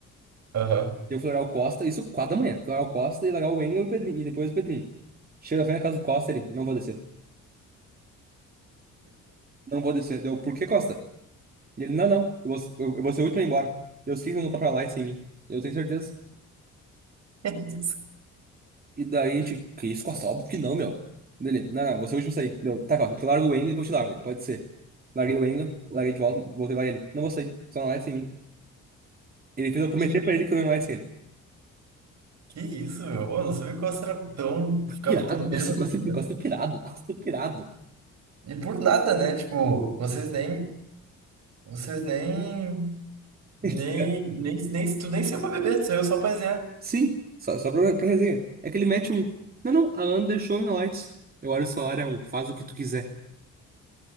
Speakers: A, on the right; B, on the right.
A: Aham. <laughs>
B: Eu fui largar o Costa, isso 4 da manhã. Fui largar o Costa e largar o Engel e o Pedrinho. E depois o Pedrinho. Chega na frente da casa do Costa, ele. Não vou descer. Não vou descer. Deu. Por que, Costa? Ele, não, não, eu vou, eu, eu vou ser o último a ir embora. Eu sei que não tá pra lá sem mim. Eu tenho certeza.
A: É isso.
B: E daí a gente, que isso, Costa? Óbvio que não, meu. Dele, não, não, você é o último a sair. Deu, tá, Costa, tu larga o Engel e depois te largo. Ele, Pode ser. Larguei o Engel, larguei de volta, voltei lá e ele. Não vou sair, só não vai sem mim. Ele fez eu prometer
A: Ih,
B: pra ele que eu não ia mais sem ele.
A: Que isso, meu? Ô, eu não sabia que o Oscar era tão. Ficava
B: Pirado,
A: tão bêbado
B: Costa, Costa,
A: assim, cara.
B: Costa pirado, Costa pirado.
A: E por nada, né? Tipo, vocês nem. Vocês nem. Nem.
B: <laughs> que, cara,
A: Nem, nem, tu nem saiu pra beber, tu saiu só pra resenhar.
B: Sim, só, só pra, pra resenha. É que ele mete um. Não, não, a Ana deixou na lights. Eu olho o celular, é um, faz o que tu quiser.